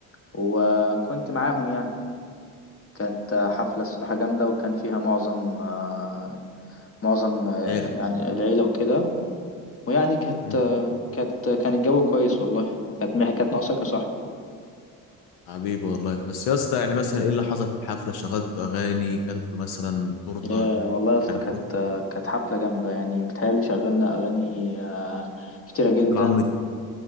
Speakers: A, on the left (about 35°); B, on the left (about 80°).
A: وكنت معاهم يعني كانت حفلة الصراحة جامدة وكان فيها معظم آه، معظم آه،
B: عيله
A: يعني العيلة وكده ويعني كانت
B: امم
A: آه، كانت كان الجو كويس والله كانت مح- كانت ناقصاك يا صاحبي
B: حبيبي والله بس يا اسطى يعني مثلا ايه اللي حصل في الحفله شغلتوا اغاني كلتوا مثلا تورته
A: يا والله يا اسطى
B: يعني
A: كانت
B: عملتوا
A: آه، كانت حفلة جامدة يعني بتهيألي شغلنا أغاني آه، كتيرة جدا
B: عملت ايه